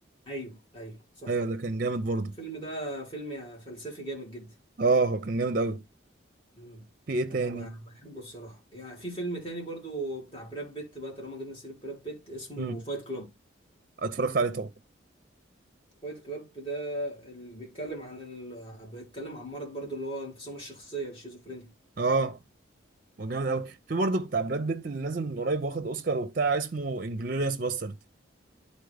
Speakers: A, on the left (about 30°); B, on the right (about 45°).
A: ايوه ايوه صح
B: ايوه ده كان جامد برضه
A: الفيلم ده فيلم فلسفي جامد جدا
B: اه هو كان جامد قوي
A: مم.
B: في ايه
A: انا
B: تاني
A: ب- بحبه الصراحه يعني في فيلم تاني برضو بتاع براد بيت بقى طالما جبنا سيره براد بيت اسمه
B: امم
A: فايت كلاب
B: اتفرجت عليه طبعا
A: فايت كلاب ده اللي بيتكلم عن ال... بيتكلم عن مرض برضو اللي هو انفصام الشخصيه الشيزوفرينيا
B: اه هو جامد قوي في برضه بتاع براد بيت اللي نازل من قريب واخد اوسكار وبتاع اسمه انجلوريوس باسترد